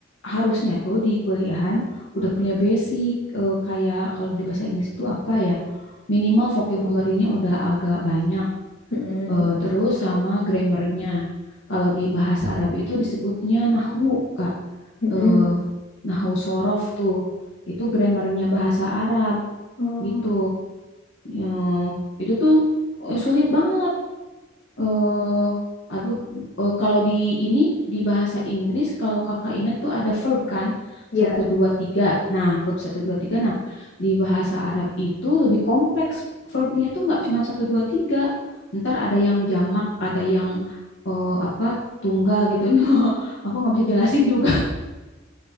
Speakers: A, on the left (about 65°); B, on the left (about 85°).
A: harusnya tuh di kuliahan udah punya basic eh, kayak kalau di bahasa Inggris tuh apa ya? Minimal vocabulary-nya udah agak banyak,
B: Mm-mm.
A: eh, terus sama grammarnya. Kalau di bahasa Arab itu disebutnya nahwu, Kak
B: Mm-mm.
A: eh, nahwu sorof tuh itu grammarnya bahasa Arab
B: Oh.
A: gitu. Ya, itu tuh eh, sulit banget. eh aduh, eh, kalau di ini di bahasa Inggris kalau kakak ingat tuh ada verb kan
B: Ya,
A: satu dua tiga. Nah, verb satu dua tiga. Nah, di bahasa Arab itu lebih kompleks verbnya tuh nggak cuma satu dua tiga. Ntar ada yang jamak, ada yang eh, apa tunggal gitu. <laughs> Nah, aku nggak bisa jelasin juga